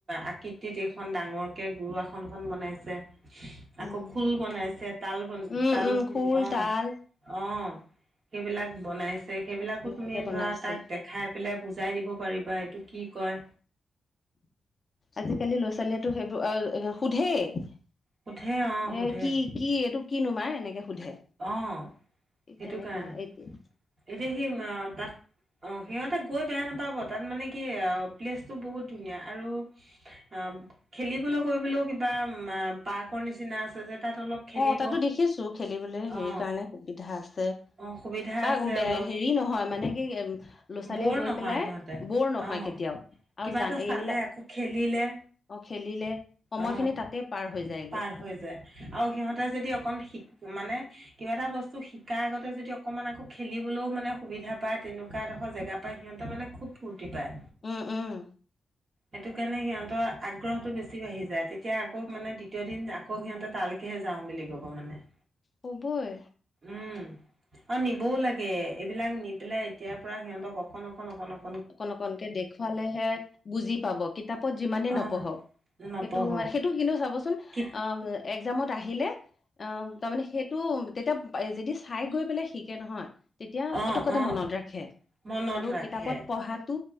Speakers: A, on the right; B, on the left.
A: আকৃতিত এইখন ডাঙৰ কে গুৰু আসন খন বনাইছে। আকৌ
B: উম,
A: খোল বনাইছে তাল বনাই
B: উম,
A: তাল
B: উম খোল,
A: অ
B: তাল
A: অ সেইবিলাক বনাইছে সেইবিলাকো
B: বহুত ধুনীয়াকে
A: তুমি
B: বনাইছে।
A: ধৰা তাক দেখাই পেলাই বুজাই দিব পাৰিবা এইটো কি কয়।
B: আজিকালি ল'ৰা ছোৱালীয়েতো সেইবোৰ সোধেই
A: সোধে অ' সোধে
B: এ কি কি এইটো কি নো মা এনেকে সোধে।
A: অ সেইটো
B: তেনেকুৱা
A: কাৰণে
B: এতিয়া
A: এতিয়া সি তাত‌ অ সিহঁতে গৈ বেয়া নাপাব তাত মানে কি প্লেচটো বহুত ধুনীয়া আৰু অ খেলিবলৈ কৰিবলৈও কিবা পাৰ্ক নিচিনা আছে যে তাত অলপ খেলিব
B: অ তাতো দেখিছো খেলিবলৈ হেৰি
A: অ
B: কাৰণে সুবিধা আছে।
A: অ সুবিধা
B: বা
A: আছে অলপ
B: হেৰি নহয় মানে কি ল'ৰা ছোৱালীয়ে
A: বৰ
B: গৈ
A: নহয়
B: পেলাই
A: সিহঁতে
B: বৰ নহয়
A: অ
B: কেতিয়াও।
A: কিবা
B: আৰু জান
A: এটা
B: এইবিলাক
A: চালে আকৌ খেলিলে
B: অ খেলিলে সময়
A: অ
B: খিনি তাতে পাৰ হৈ যায়গে।
A: পাৰ হৈ যায় আৰু সিহঁতে যদি অকণ শিক মানে কিবা এটা বস্তু শিকা আগতে যদি অকমান আকৌ খেলিবলৈও মানে সুবিধা পায় তেনেকুৱা এডোখৰ জেগা সিহঁতে মানে খুব ফূৰ্তি পায়।
B: উম, উম।
A: সেইটো কাৰণে সিহঁতৰ আগ্ৰহতটো বেছি বাঢ়ি যায় তেতিয়া আকৌ মানে দ্বিতীয় দিন আকৌ সিহঁতে তালৈকে যায়। যাওঁ বুলি ক'ব মানে।
B: হ'ব য়ে।
A: উম আৰু নিবও লাগে এইবিলাক নি পেলাই এতিয়াৰ পৰা সিহঁতক অকণ অকণ অকণ অক
B: অকন অকনকে দেখুৱালেহে বুজি পাব কিতাপত যিমানেই
A: অ অ
B: নপঢ়ক।
A: নপঢ়ক
B: সেইটো মান সেইটো কিন্তু চাবচোন
A: কি
B: অ একজামত আহিলে অ তাৰমানে সেইটো টো তেতিয়া যদি চাই গৈ পেলাই শিকে নহয় তেতিয়া
A: অ
B: পতককতে
A: অ
B: মনত ৰাখে
A: মনত
B: আৰু
A: ৰাখে
B: কিতাপত পঢ়াটো